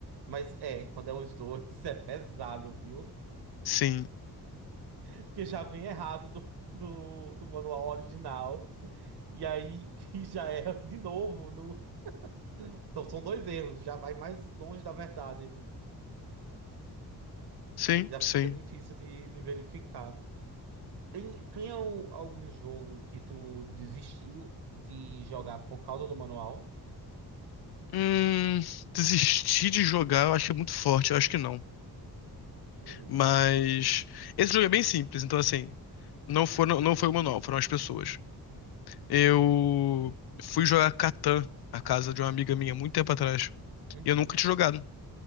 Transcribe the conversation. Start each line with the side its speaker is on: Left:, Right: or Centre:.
Right: Mas é, quando é os dois, <laughs> é pesado, viu?
Left: sim,
Right: Porque já vem errado do, do, do manual original. E aí <laughs> e já é de novo. No... Então são dois erros, já vai mais longe da verdade.
Left: sim,
Right: Já
Left: sim.
Right: fica difícil de, de verificar. Tem, tem al- algum jogo que tu desistiu de jogar por causa do manual?
Left: Hum, desistir de jogar, eu acho que é muito forte, eu acho que não.
Right: Uhum,
Left: Mas esse jogo é bem simples, então assim, não foram, não foi o manual, foram as pessoas. Eu fui jogar Catan na casa de uma amiga minha muito tempo atrás.
Right: uhum,
Left: E eu nunca tinha jogado.